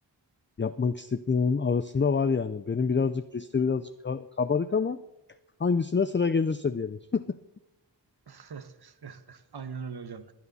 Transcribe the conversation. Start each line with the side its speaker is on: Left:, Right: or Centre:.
Left: yapmak istediklerimin arasında var yani. Benim birazcık liste birazcık ka- kabarık ama hangisine sıra gelirse diyelim. <laughs>
Right: <laughs> Aynen öyle hocam.